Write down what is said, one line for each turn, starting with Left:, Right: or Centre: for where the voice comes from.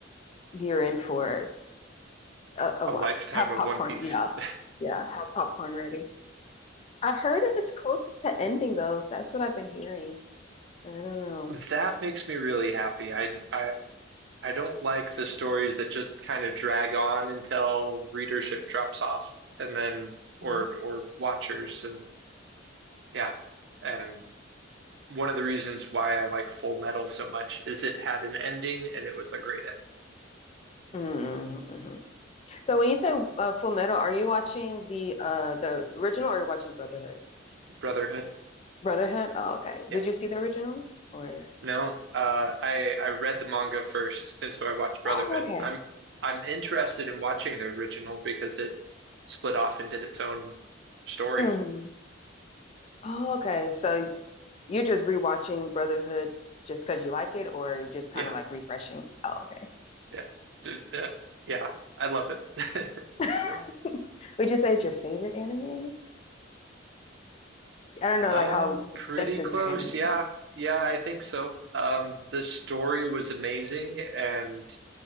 Left: you're in for a, a
Right: a
Left: while.
Right: lifetime
Left: Have
Right: of
Left: popcorn,
Right: One Piece.
Left: yeah,
Right: <laughs>
Left: yeah. Have popcorn ready. I heard it's close to ending though. That's what I've been hearing. I don't know.
Right: That makes me really happy. I I I don't like the stories that just kind of drag on until readership drops off, and then or
Left: Mhm.
Right: or watchers, and yeah, and one of the reasons why I like Full Metal so much is it had an ending and it was a great ending.
Left: Mhm, mhm. So when you say uh, Full Metal, are you watching the uh the original or are you watching Brotherhood?
Right: Brotherhood.
Left: Brotherhood? Oh, okay.
Right: Yeah.
Left: Did you see the original or?
Right: No. Uh I I read the manga first and so I watched Brotherhood.
Left: Oh, okay.
Right: I'm I'm interested in watching the original because it split off and did its own story.
Left: hmm Oh, okay. So you're just rewatching Brotherhood just because you like it, or you're just kind
Right: Yeah.
Left: of like refreshing? Oh, okay.
Right: Yeah. D- uh, yeah. I love it. <laughs>
Left: <laughs> Would you say it's your favorite anime? I don't know,
Right: Um
Left: like how
Right: pretty
Left: extensive
Right: close.
Left: your anime.
Right: Yeah. Yeah, I think so. Um the story was amazing and